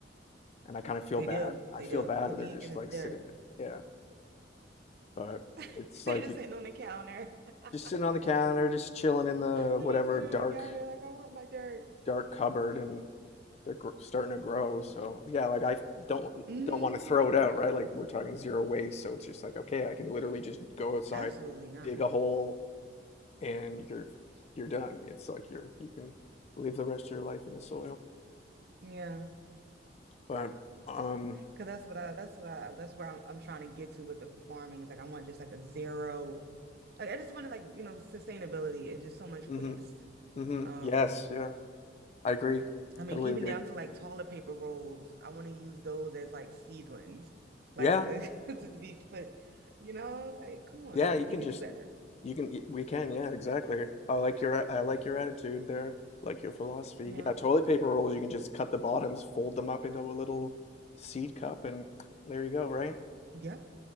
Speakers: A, on the left; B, on the right.
A: And I kind of feel
B: They
A: bad.
B: do.
A: I
B: They
A: feel
B: do.
A: bad.
B: Put
A: They're
B: me
A: just
B: in
A: like
B: the dirt.
A: sitting there. Yeah but
B: <laughs>
A: it's
B: They're
A: like
B: just sitting on the counter. <laughs>
A: Just sitting on the counter, just chilling in the
B: They're
A: whatever
B: just sitting
A: dark
B: on the counter like I want my dirt.
A: dark cupboard, and they're gr starting to grow. So yeah, like I don't
B: hmm
A: don't want to throw it out, right? Like we're talking zero waste, so it's just like okay, I can literally just go outside,
B: Absolutely not.
A: dig a hole, and you're you're done. It's like you're you can live the rest of your life in the soil.
B: Yeah,
A: But um,
B: because that's what I that's what I that's where I'm I'm trying to get to with the farming. It's like I want just like a zero. Like I just want to like you know sustainability. It's just so much
A: mm-hmm,
B: waste.
A: mm-hmm,
B: Um,
A: yes, yeah, I agree,
B: I mean
A: totally
B: even
A: agree.
B: down to like toilet paper rolls. I want to use those as like seedlings, like
A: Yeah,
B: <laughs> to be put. You know, like come on,
A: yeah,
B: we
A: you
B: we
A: can
B: could
A: just.
B: do better.
A: You can, we can, yeah, exactly. I like your, I like your attitude there, like your philosophy.
B: Yeah.
A: Yeah, toilet paper rolls, you can just cut the bottoms, fold them up into a little seed cup, and there you go, right?
B: Yep.